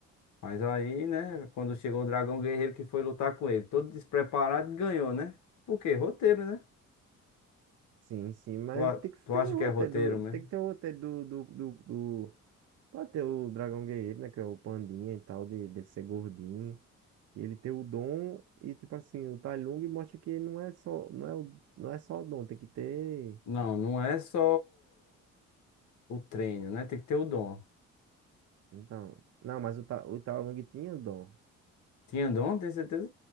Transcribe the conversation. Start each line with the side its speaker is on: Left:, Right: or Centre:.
Left: Mas aí, né, quando chegou o Dragão Guerreiro que foi lutar com ele, todo despreparado, ganhou, né? Por quê? Roteiro, né?
Right: Sim, sim, mas
Left: Tu, a-
Right: tem que
Left: tu
Right: ter
Left: acha
Right: o
Left: que é
Right: roteiro,
Left: roteiro, né?
Right: do- tem que ter o roteiro do, do, do, do... Pode ter o Dragão Guerreiro, né? Que é o pandinha e tal, de, dele ser gordinho. E ele ter o dom e, tipo assim, o Tai Lung mostra que não é só, não é, o- não é só o dom, tem que ter...
Left: Não, não é só o treino, né? Tem que ter o dom.
Right: Então, não, mas o, Ta, o Tai Lung tinha dom.
Left: Tinha dom, tem certeza?